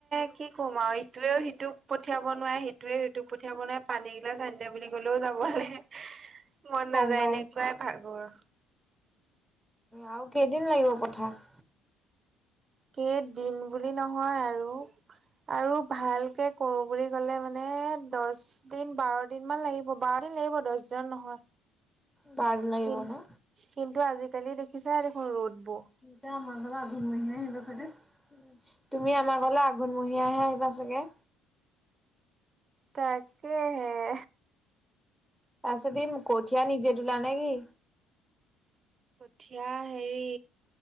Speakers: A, on the right (about 35°); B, in the centre.
A: কি কম আৰু ইটোৱেও সিটোক পঠিয়াব নোৱাৰে সিটোৱে সিটোক পঠিয়াব নোৱাৰে পানী এগিলাচ আনিদে বুলি ক'লেও যাবলে হে হে মন
B: গম
A: নাযায়
B: পাই
A: এনেকুৱাই
B: আছো
A: ভাগৰ
B: আৰু কেইদিন লাগিব পথাৰ
A: কে দিন বুলি নহয় আৰু আৰু ভালকে কৰো বুলি ক'লে মানে দচ দিন বাৰ দিনমান লাগিব বাৰ দিন লাগিব দচদিনত নহয়
B: বাৰদিন লাগিব
A: কি
B: ন
A: কিন্তু আজিকালি দেখিছা দেখোন ৰ'দবোৰ
B: যাম আমাৰ ঘৰলে আঘোনমহিয়া আহিবা চাগে তুমি আমাৰ ঘৰলে আহ গুণমহীয়াহে আহিবা চাগে
A: তা্ কে্ হে্
B: পাছে তুমি কঠীয়া নিজে তুলা নে কি
A: কঠিয়া হেৰি